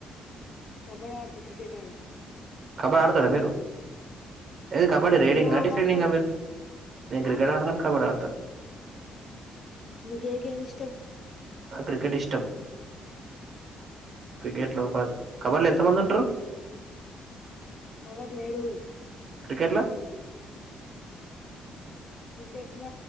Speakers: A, on the left; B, on the right.
A: కబడ్డీ ఆడత క్రికెట్ ఆడ
B: కబడ్డీ ఆడతార మీరు ఏది కబడ్డీ
A: ఆ
B: రేడింగ్
A: మీరేం ఆట
B: డెఫినింగా
A: ఆడతారు
B: మీరు నేను క్రికెట్
A: ఆ
B: ఆడతా కబడ్డీ ఆడతా
A: మీకే గేమ్ ఇష్టం
B: నాకు క్రికెట్ ఇష్టం క్రికెట్ లో కబర్ ఎంత ఎంతమంది ఉంటారు
A: అవర్ లేడుూలు
B: క్రికెట్లా
A: క్రికెట్ ల